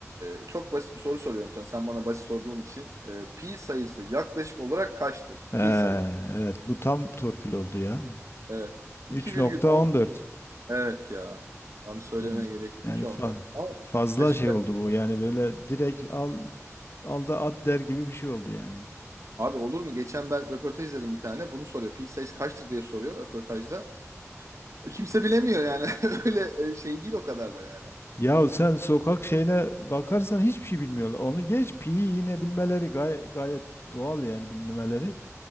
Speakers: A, on the right; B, on the left.
A: e, çok basit bir soru soruyorum sana. Sen bana basit sorduğun için. E, pi sayısı yaklaşık olarak kaçtır?
B: Ee,
A: Pi sayısı.
B: evet bu tam torpil oldu ya.
A: Evet. 2,10.
B: 3.14.
A: Evet ya. Anı söylemeye
B: Evet.
A: gerek yok.
B: Yani
A: 3,14.
B: fa-
A: Abi,
B: fazla
A: şaşırtacak.
B: şey oldu bu.
A: mısın?
B: Yani böyle direkt al al da at der gibi bir şey oldu yani.
A: Abi olur mu? Geçen ben röportaj izledim bir tane. Bunu soruyor. Pi sayısı kaçtır diye soruyor röportajda. Kimse bilemiyor yani. <laughs> Öyle e, şey değil o kadar da yani.
B: Ya sen sokak şeyine bakarsan hiçbir şey bilmiyorlar. Onu geç pi yine bilmeleri gay- gayet doğal yani bilmemeleri.